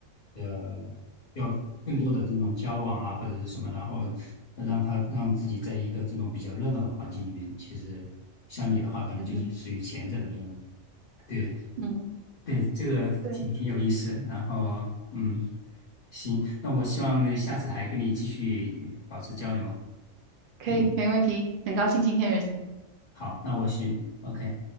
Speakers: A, on the left; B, on the right.
A: 呃需要更多的这种交往啊或者是什么，然后让他让自己在一个这种比较热闹的环境里面，其实像你的话，可能就是属于前者的那种。
B: 嗯哼，
A: 对
B: 嗯，
A: 对，这个挺挺有意思。
B: 对啊，
A: 然后嗯，行，那我希望呢下次还跟你继续保持交流。
B: 可以，
A: 嗯，
B: 没问题。很高兴今天认识你。
A: 好，那我去，OK。